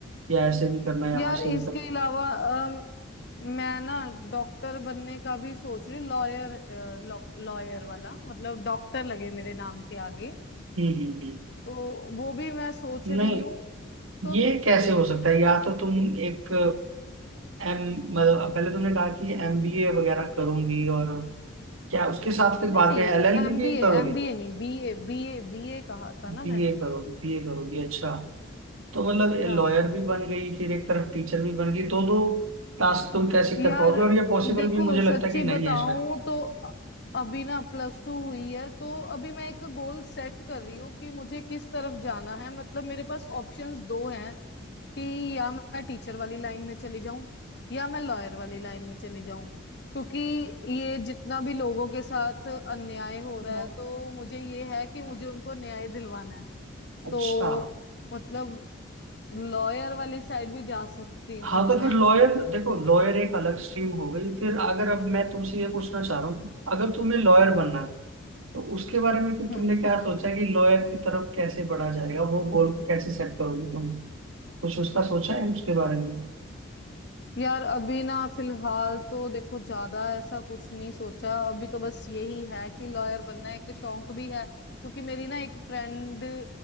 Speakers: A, on the right; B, on the left.
A: या ऐसे भी करना है या
B: यार
A: वैसे
B: इसके
A: भी करना है
B: अलावा अम, मैं ना डॉक्टर बनने का भी सोच रही लॉयर लॉयर वाला मतलब डॉक्टर लगे मेरे नाम के आगे
A: हम्म हम्म
B: तो वो भी मैं सोच
A: हम्म।
B: रही
A: नहीं
B: हूँ तो
A: ये कैसे हो सकता है या तो तुम एक एम मतलब पहले तुमने कहा कि एमबीए वगैरह करूंगी और क्या उसके साथ फिर
B: नहीं
A: बाद
B: नहीं
A: में एलएलबी
B: एमबीए
A: भी करोगे
B: एमबीए नहीं बीए बीए बीए कहा था ना
A: बीए
B: मैंने
A: करोगी बीए करोगी अच्छा तो मतलब
B: हाँ
A: लॉयर भी बन गई फिर एक तरफ टीचर भी बन गई दो दो टास्क तुम कैसे कर
B: यार
A: पाओगे और ये पॉसिबल
B: देखो
A: भी मुझे
B: सच्ची
A: लगता है कि नहीं
B: बताऊं
A: है शायद
B: तो अ- अभी ना प्लस टू हुई है तो अभी मैं एक गोल सेट कर रही हूँ कि मुझे किस तरफ जाना है मतलब मेरे पास ऑप्शंस दो हैं कि या मैं टीचर वाली लाइन में चली जाऊं या मैं लॉयर वाली लाइन में चली जाऊं क्योंकि ये जितना भी लोगों के साथ अन्याय हो रहा
A: हाँ।
B: है तो मुझे ये है कि मुझे उनको न्याय दिलवाना है
A: अच्छा
B: तो मतलब लॉयर वाली साइड भी जा सकती
A: हाँ
B: हूँ
A: तो
B: मैं
A: फिर लॉयर देखो लॉयर एक अलग स्ट्रीम हो गई फिर अगर अब मैं तुमसे ये पूछना चाह रहा हूँ कि अगर तुम्हें लॉयर बनना है तो उसके बारे में फिर
B: हम्म
A: तुमने क्या सोचा है कि लॉयर की तरफ कैसे बढ़ा जाएगा वो गोल को कैसे सेट करोगी तुम कुछ उसका सोचा है उसके बारे में
B: यार अभी ना फिलहाल तो देखो ज्यादा ऐसा कुछ नहीं सोचा अभी तो बस यही है कि लॉयर बनना एक शौक भी है क्योंकि मेरी ना एक फ्रेंड